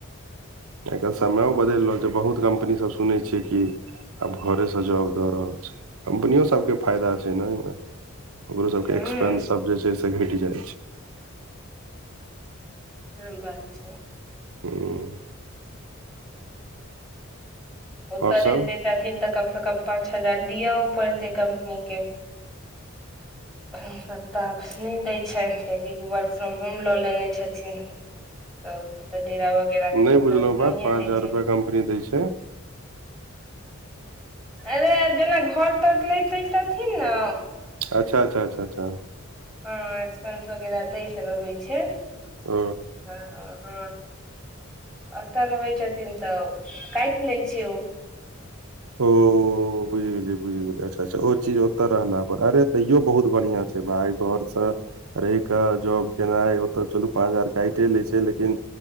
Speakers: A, on the right (about 80°); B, in the centre.
A: जँ समय बदइल रहल। जे बहुत कम्पनी सभ सुन छी कि, आब घरे से जॉब द रहल छै। कम्पनियो सभ के फायदा छै ने, ओमे ओकरो सभके
B: ह
A: एक्सपेंस सभ जे छै से घटि जाय छै।
B: हँ बात छै।
A: हूँ।
B: ओतऽ
A: आओर
B: रहिते
A: सब
B: थिन तऽ कम से कम पाँच हजार दिआ पड़तै कम्पनी के। को कित नहि दै छनि कियकि वर्क फ्रम होम लऽ लेने छथिन। तब तऽ तऽ डेरा वगैरह
A: नहि
B: के एएस्पेस
A: बुझलहुँ बात
B: नहिए
A: पाँच
B: दै
A: हजार
B: छै।
A: रुपया कम्पनी दै छै
B: एगे अंजना घर तर लैतिथिन न
A: अच्छा- अच्छा- अच्छा
B: हँ एकसंस वगैरह दैत रहैत छै।
A: ह।
B: अह ह अत रहय छथिन। छिन तऽ काटि लै छै
A: ओ बुझि गेलियी बुझि गेली अच्छा अच्छा ओ चीज। तऽ रहला पर आरे तैयो बहुत बढ़िया छै भाइ घर से। रहि कऽ जॉब केनाइ ओतऽ चलू पाँच हजार काटे लै छै लेकिन।